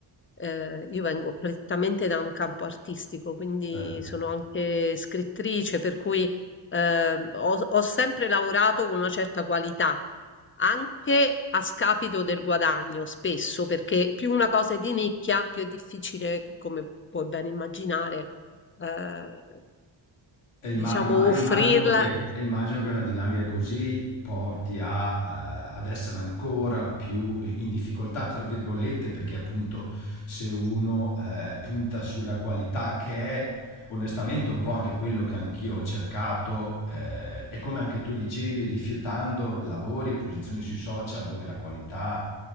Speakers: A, on the left; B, on the left.
A: eh, io vengo prettamente da un campo artistico, quindi
B: Cioè
A: sono anche scrittrice, per cui eh, ho, ho sempre lavorato con una certa qualità, anche a scapito del guadagno, spesso, perché più una cosa è di nicchia, più è difficile, come puoi ben immaginare, eh,
B: E imma-
A: diciamo,
B: imma-
A: offrirla.
B: immagino che, e immagino che una dinamica così porti a, eh, ad essere ancora più in difficoltà, tra virgolette, perché appunto se uno eh, punta sulla qualità, che è onestamente un po' anche quello che anch'io ho cercato, eh, e come anche tu dicevi, rifiutando lavori e posizioni sui social dove la qualità